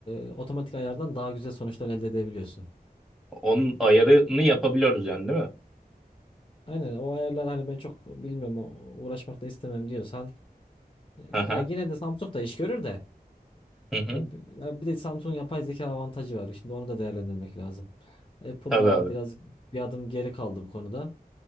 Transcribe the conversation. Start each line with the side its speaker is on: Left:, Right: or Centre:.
Left: e, otomatik ayardan daha güzel sonuçlar elde edebiliyorsun.
Centre: Onun ayarını yapabiliyoruz yani değil mi?
Left: Aynen o ayarlar hani ben çok bilmiyorum o- uğraşmak da istemem diyorsan e,
Centre: Hı hı.
Left: ya yine de Samsung da iş görür de
Centre: Hı hı.
Left: e, bi- ya bir de Samsung yapay zeka avantajı var. Şimdi onu da değerlendirmek lazım. Apple'da
Centre: Tabii abi.
Left: biraz bir adım geri kaldı bu konuda.